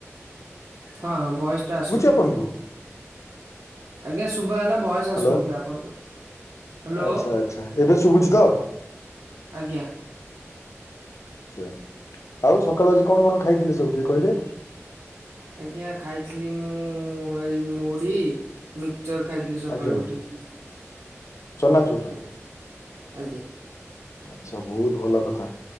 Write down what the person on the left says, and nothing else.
ଆପଣଙ୍କୁ?
ହ୍ୟାଲୋ
ଆଚ୍ଛା ଆଚ୍ଛା। ଏବେ ଶୁଭୁଛି ତ
ଆଛା, ଆଉ ସକାଳୁ ଆଜି କଣ କଣ ଖାଇଥିଲେ ସବୁଟିକେ କହିଲେ
ଆଜ୍ଞା
ଚନାଚୁର
ଆଛା, ବହୁତ ଭଲ କଥା।